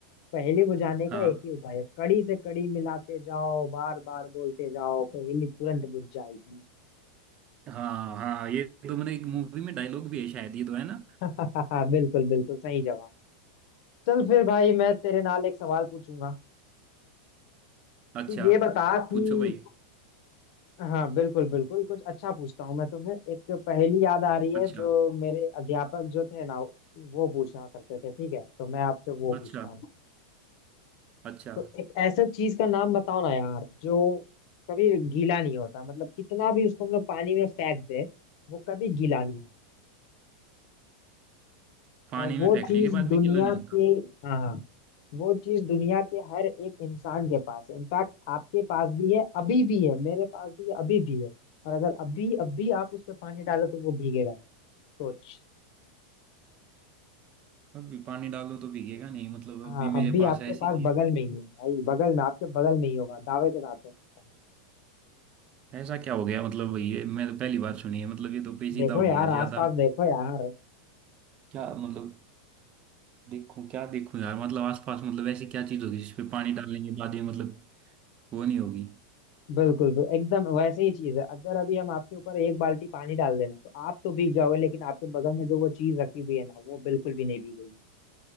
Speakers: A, on the left (about 55°); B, on the right (about 30°).
A: पहेली बुझाने
B: हाँ
A: का एक ही उपाय है कड़ी से कड़ी मिलाते जाओ बार बार बोलते जाओ पहेली तुरंत बुझ जाएगी
B: हाँ हाँ ये तो मैंने एक मूवी में डायलॉग भी है शायद ये तो है ना
A: <laughs> बिल्कुल बिल्कुल सही जवाब चल फिर भाई मैं तेरे नाल एक सवाल पूछूंगा
B: अच्छा
A: तू ये बता कि
B: पूछो भाई
A: हाँ बिल्कुल बिल्कुल कुछ अच्छा पूछता हूँ मैं तुम्हें एक पहेली याद आ रही है
B: अच्छा
A: जो मेरे अध्यापक जो थे ना वो पूछा करते थे ठीक है तो मैं आपसे वो
B: अच्छा
A: पूछता हूँ
B: अच्छा
A: तो एक ऐसा चीज का नाम बताओ ना यार जो कभी गीला नहीं होता मतलब कितना भी उसको हम लोग पानी में फेंक दे वो कभी गीला नहीं होता
B: पानी
A: और
B: में
A: वो
B: फेंकने
A: चीज
B: के बाद
A: दुनिया
B: भी गीला नहीं होता
A: के हाँ हाँ वो चीज दुनिया के हर एक इंसान के पास है इनफैक्ट आपके पास भी है अभी भी है मेरे पास भी है अभी भी है और अगर अभी अभी आप उस पर पानी डालो तो वो भीगेगा नहीं सोच
B: अभी पानी डालो तो भीगेगा नहीं मतलब
A: हाँ
B: अभी
A: अभी
B: मेरे पास
A: आपके
B: ऐसी
A: पास
B: चीज
A: बगल में ही है भाई बगल में आपके बगल में ही होगा दावे के साथ कह सकता हूँ
B: ऐसा क्या हो गया मतलब ये मैं तो पहली बार सुनी है मतलब ये तो पेचीदा
A: देखो
B: हो
A: यार
B: गया यार ज्यादा
A: आसपास देखो यार
B: क्या मतलब देखो क्या देखो यार मतलब आसपास मतलब ऐसी क्या चीज होगी जिसपे पानी डालने के बाद ये मतलब वो नहीं होगी
A: बिल्कुल बिल्कुल एकदम वैसे ही चीज है अगर अभी हम आपके ऊपर एक बाल्टी पानी डाल देना तो आप तो भीग जाओगे लेकिन आपके बगल में जो वो चीज रखी हुई है ना वो बिल्कुल भी नहीं भीगेगी